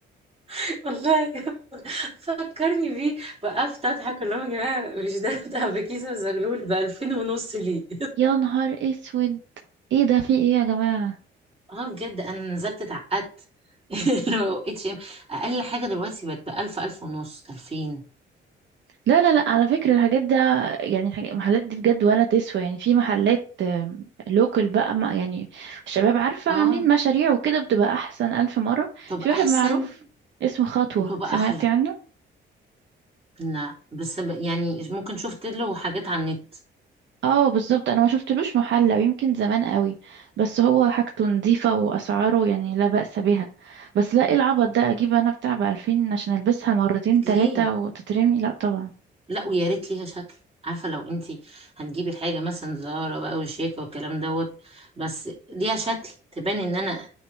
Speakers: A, on the right; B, on the right.
A: <laughs> والله فكرني بيه وقفت اضحك اللي هو يا جماعة مش ده بتاع بكيزة وزغلول ب 2000 ونص ليه
B: يا نهار اسود ايه ده في ايه يا جماعة
A: اه بجد انا نزلت اتعقدت <laughs>
B: مم.
A: لو اتش ام اقل حاجه دلوقتي بقت بألف ألف ونص ألفين
B: لا لا لا على فكرة الحاجات ده يعني الحاجات المحلات دي بجد ولا تسوى يعني في محلات لوكال بقى ما يعني الشباب عارفة
A: اه
B: عاملين مشاريع وكده بتبقى أحسن ألف مرة
A: تبقى
B: في واحد
A: احسن
B: معروف اسمه خطوة
A: وتبقى
B: سمعتي
A: احلى
B: عنه
A: لا بس ب- يعني ممكن شفت له حاجات على النت
B: اه بالظبط انا ما شفتلوش محل او يمكن زمان قوي بس هو حاجته نظيفة واسعاره يعني لا بأس بها بس لا ايه العبط ده اجيب انا بتاع بألفين عشان البسها مرتين تلاتة
A: ليه
B: وتترمي لا طبعا
A: لا ويا ريت ليها شكل عارفه لو انتي هتجيبي حاجه مثلا زهره بقى وشياكه والكلام دوت بس ليها شكل تبان ان انا